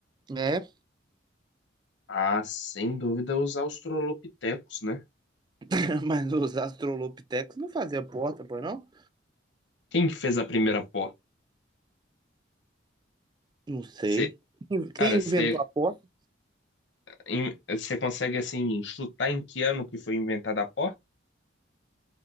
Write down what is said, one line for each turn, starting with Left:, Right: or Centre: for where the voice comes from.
Right: É,
Left: Ah, sem dúvida os australopitecos, né?
Right: <laughs> mas os australopitecos não faziam porta, pois não?
Left: Quem que fez a primeira porta?
Right: Não sei.
Left: Você,
Right: Quem quem
Left: cara,
Right: inventou
Left: você
Right: a porta?
Left: Em- Você consegue, assim, chutar em que ano que foi inventada a porta?